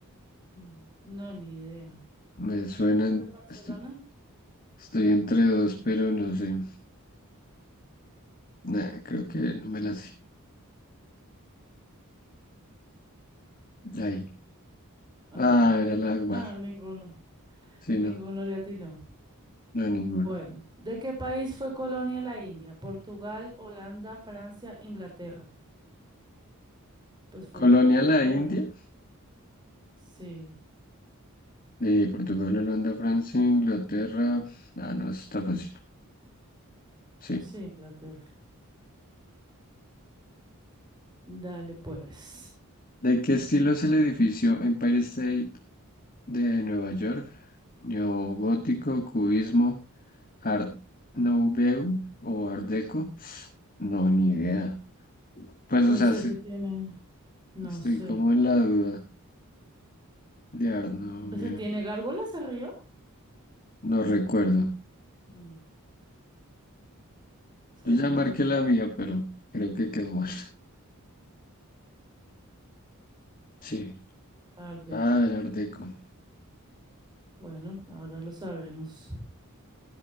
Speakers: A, on the right; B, on the left.
A: sí, no, ni idea.
B: Me suenan.
A: ¿Tú conoces Barcelona?
B: Estoy, estoy entre dos, pero no sé. Nah, creo que no me la sé. Ahí.
A: Ah,
B: Ah,
A: claro.
B: era la
A: <laughs>
B: Akbar.
A: Ah, ninguno,
B: Sí,
A: ninguno
B: no,
A: le atinó.
B: no, ninguno.
A: Bueno, ¿de qué país fue colonia la India? ¿Portugal, Holanda, Francia, Inglaterra? Pues fue
B: Colonia
A: de Inglaterra,
B: la India,
A: ¿no? Sí,
B: de Portugal, Holanda, Francia, Inglaterra. Ah, no, eso está fácil. Sí.
A: sí, Inglaterra. Dale, pues.
B: ¿De qué estilo es el edificio Empire State de Nueva York? ¿Neogótico, cubismo, Art Nouveau o Art Deco? No, ni idea. Pues,
A: Pues
B: o sea,
A: ese
B: sí,
A: tiene, no
B: estoy
A: sé.
B: como en la duda de Art Nouveau.
A: ¿Ese tiene gárgolas arriba?
B: No recuerdo.
A: Mm, ¿Será
B: Yo ya
A: neutro?
B: marqué la mía, pero creo que quedó mal. Sí.
A: Art Deco.
B: Ah, era Art Deco.
A: Bueno, ahora lo sabremos.